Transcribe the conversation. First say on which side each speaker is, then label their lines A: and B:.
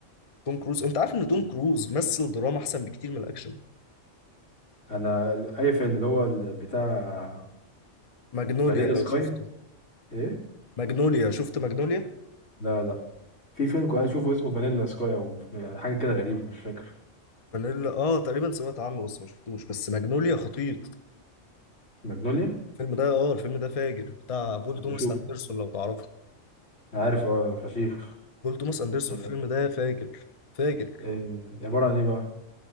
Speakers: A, on the left (about 35°); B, on the left (about 75°).
A: توم كروز أنت عارف إن توم كروز مثل دراما أحسن بكتير من الأكشن
B: انا ال- اي فيلم اللي هو ال- بتاع
A: ماجنوليا
B: فانيلا
A: لو
B: سكاي
A: شفته
B: ايه
A: ماجنوليا شفت ماجنوليا
B: لا لا في فيلم كنت اشوفه اسمه فانيلا سكاي او حاجه كده غريبه مش فاكر
A: فانيلا اه تقريبا سمعت عنه بس ما شفتوش بس ماجنوليا خطير
B: ماجنوليا
A: الفيلم ده اه الفيلم ده فاجر بتاع بول
B: انا
A: توماس
B: بشوفه
A: اندرسون لو تعرفه
B: انا عارف اه فشيخ
A: بول توماس اندرسون
B: إيه
A: الفيلم ده فاجر فاجر
B: إيه عباره عن ايه بقى